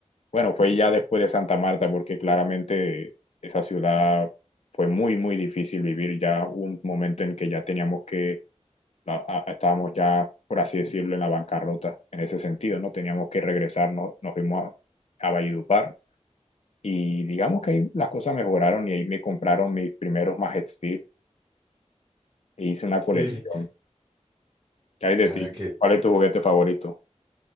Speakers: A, on the left; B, on the right.
A: Bueno, fue ya después de Santa Marta, porque claramente esa ciudad fue muy, muy difícil vivir. Ya hubo un momento en que ya teníamos que, la- a- a- estábamos ya, por así decirlo, en la bancarrota, en ese sentido, ¿no? Teníamos que regresar, no- nos fuimos a, a Valledupar y digamos que ahí las cosas mejoraron y ahí me compraron mis primeros Majet Steel e hice una colección.
B: Sí.
A: ¿Qué hay de
B: Ah,
A: ti?
B: que.
A: ¿Cuál es tu juguete favorito?